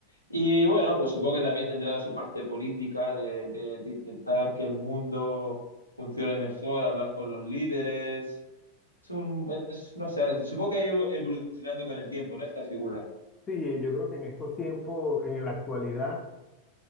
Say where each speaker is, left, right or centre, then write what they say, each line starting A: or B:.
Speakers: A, on the left (about 90°); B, on the left (about 20°).
A: Y bueno, pues supongo que también tendrá su parte política de, de- de intentar que el mundo funcione mejor, hablar con los líderes. Es un, es, no sé, supongo que ha ido evolucionando con el tiempo, ¿no? Esta figura.
B: Sí, eh, yo creo que en estos tiempos, en la actualidad,